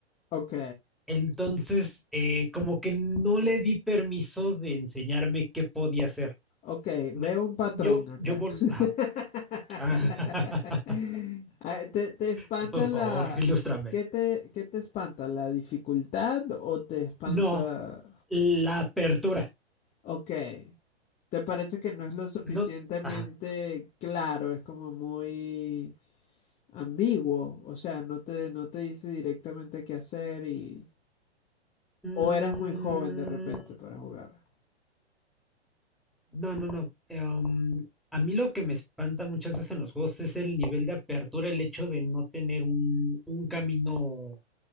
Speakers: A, on the left; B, in the centre.
A: Ok,
B: Entonces, eh, como que no le di permiso de enseñarme qué podía hacer.
A: ok,
B: Me-
A: veo un
B: yo,
A: patrón acá.
B: yo, vol-
A: <laughs>
B: ajá, Ah,
A: Ah, ¿Te, te espanta
B: <laughs> por favor,
A: la...
B: ilústrame.
A: ¿Qué te, qué te espanta? ¿La dificultad o te espanta...
B: No, la apertura.
A: Ok. ¿Te parece que no es lo suficientemente
B: No, Ajá.
A: claro? Es como muy ambiguo, o sea, no te, no te dice directamente qué hacer y...
B: mm,
A: O eras muy joven de repente para jugar.
B: no, no, no. Eh, um, a mí lo que me espanta muchas veces en los juegos es el nivel de apertura, el hecho de no tener un, un camino